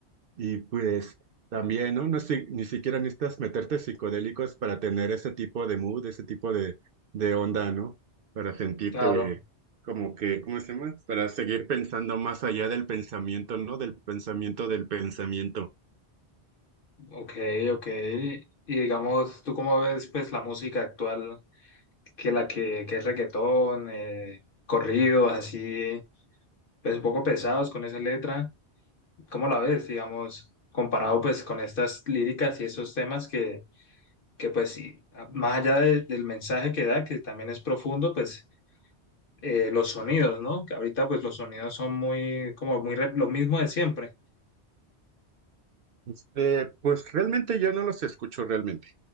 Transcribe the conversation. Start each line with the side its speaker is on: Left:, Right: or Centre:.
Right: y pues también, ¿no? No si- ni siquiera necesitas meterte psicodélicos para tener ese tipo de mood, ese tipo de, de onda, ¿no? Para sentirte
Left: Claro.
Right: como que, ¿cómo se llama? Para seguir pensando más allá del pensamiento, ¿no? Del pensamiento del pensamiento.
Left: Ok, ok. Y digamos, ¿tú cómo ves pues la música actual que la que, que es reggaetón, eh, corridos así, pues un poco pesados con esa letra? ¿Cómo la ves, digamos, comparado pues con estas líricas y esos temas que, que pues sí, más allá de- del mensaje que da, que también es profundo, pues eh, los sonidos, ¿no? Que ahorita pues los sonidos son muy, como muy rep- lo mismo de siempre.
Right: Este, pues realmente yo no los escucho realmente.